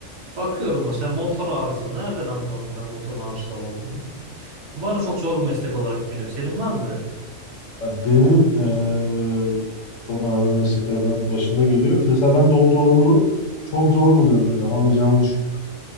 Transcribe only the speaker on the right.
Bakıyorum mesela motor arızalı. Nereden anladım ben motorun arızalı olduğunu? Bu bana çok zor bir meslek olarak geliyor. Senin var mı böyle?